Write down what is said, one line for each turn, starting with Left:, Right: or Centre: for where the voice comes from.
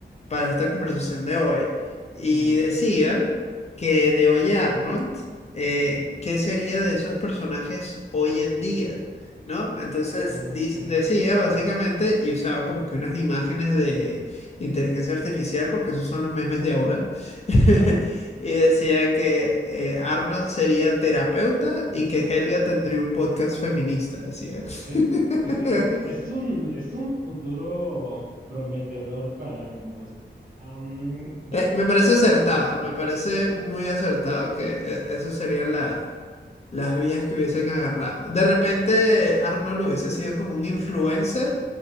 Left: para esta conversación de hoy y
Right: ujú.
Left: decía que de Oye Arnold, eh, ¿qué sería de esos personajes hoy en día? ¿No? Entonces
Right: Mm,
Left: dice- decía básicamente y usaba como que unas imágenes de inteligencia artificial porque esos son los memes de ahora. <laughs>
Right: ah,
Left: Y decía que eh, Arnold sería terapeuta y que Helga tendría un podcast feminista, decía.
Right: es,
Left: <laughs>
Right: es, es, es un, es un futuro prometedor para ambos. Am, yo
Left: Eh, me
Right: creo,
Left: parece acertado, me parece muy acertado que eh, esas serían la- las vías que hubiesen agarrado. De repente, Arnold hubiese sido como un influencer